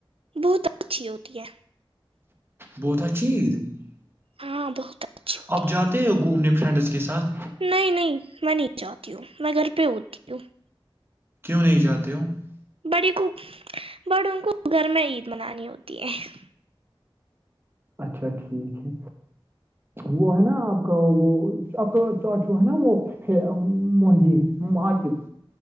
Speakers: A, on the right; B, on the right.
A: بہت اچھی ہوتی ہے
B: بہتا چٹھییک <unintelligible>
A: ہاں بہت اچھی ہوتی
B: اب جاتے ہو گھومنے پھر <unintelligible> فرینڈس کے ساتھ
A: نہیں نہیں میں نہیں جاہتی ہوں میں گھر پہ اتی ہوں <unintelligible>
B: کیوں نہیں جاتے ہو <unintelligible>
A: بڑی کو بڑوں کو گھر میں عید منانی ہوتی ہے <unintelligible>
B: اچھا ٹھیک ہے وہ ہے نا آپ کا وہ آپ کا جو ہے نا وہ مہدی عقب